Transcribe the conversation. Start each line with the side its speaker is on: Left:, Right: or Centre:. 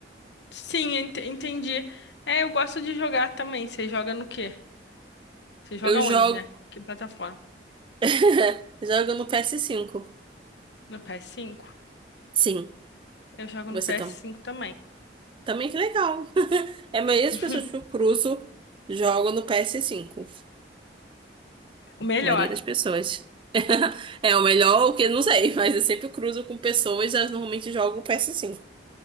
Left: Sim, ent- entendi. É, eu gosto de jogar também. Você joga no quê? Você joga
Right: Eu jogo.
Left: onde, né? Que plataforma?
Right: <laughs> Jogo no ps cinco.
Left: No ps cinco
Right: Sim,
Left: Eu jogo
Right: você
Left: no ps
Right: tam...
Left: cinco também.
Right: também que legal. <laughs> É a maioria das
Left: <laughs>
Right: pessoas que eu cruzo jogam no ps cinco.
Left: O melhor.
Right: A maioria das pessoas. <laughs> É o melhor, o que eu não sei, <laughs> mas eu sempre cruzo com pessoas, elas normalmente jogam o ps cinco.